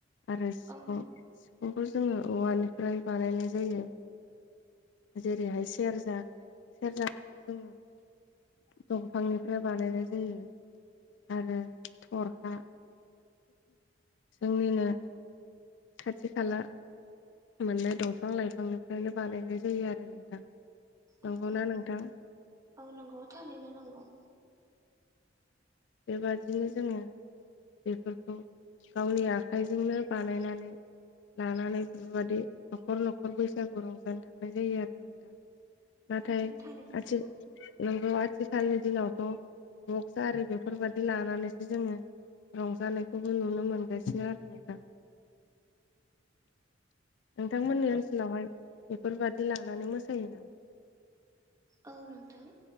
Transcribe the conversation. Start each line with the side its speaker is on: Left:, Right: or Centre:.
Left: आरो सिफुं
Right: औ
Left: सिफुंखौ जोङो औवानिफ्राय बानायनाय जायो जेरैहाय सेरजा सेरजाखौबो जोङो दंफांनिफ्राय बानायनाय जायो आरो थरखा जोंनिनो खाथि खाला मोननाय दंफां लाइफांनिफ्रायनो बानायनाय जायो आरो नोंथां नंगौना
Right: औ औ
Left: नोंथां
Right: औ नंगौ थारैनो नंगौ
Left: बेबादिनो जोङो बेफोरखौ गावनि आखाइजोंनो बानायनानै लानानै बेफोरबायदि न'खर न'खर बैसागु रंजानो थांनाय जायो आरो नोंथां नाथाय
Right: औ थारैनो
Left: आथि
Right: नंगौ
Left: नोंगौ आथिखालनि दिनावथ' बक्स आरि बेफोरबादि लानानैसो जोङो रंजानायखौबो नुनो मोनगासिनो आरो नोंथां नोंथांमोननि ओनसोलावहाय बेफोरबादि लानानै मोसायो नामा?
Right: औ नोंथां